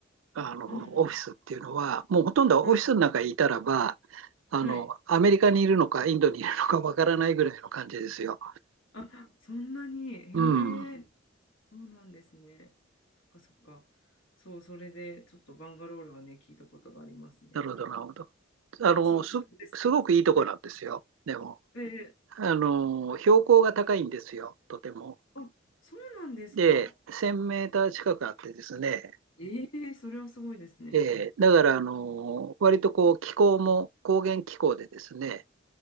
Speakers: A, on the right; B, on the left.
A: あの、
B: うん
A: オフィスっていうのは、もうほとんどオフィスの中にいたらば、
B: うん。はい。
A: あの、
B: はい。
A: アメリカにいるのか、インドにいるのかわからないぐらいの感じですよ。
B: あ、そんなに。へえ。
A: うん。
B: そうなんですね。そっかそっか。そう、それでちょっとバンガロールはね、聞いたことがありますね。
A: なるほど、なるほど。あの、
B: そう、
A: す、
B: そうです。
A: すごくいいとこなんですよ。
B: はい。
A: でも、
B: え
A: あの、標高が高いんですよ、とても。
B: あ、そうなんですか。
A: で、1000メーター近くあってですね、
B: ええそれはすごいですね。
A: で、だから、あの、割とこう、気候も高原気候でですね、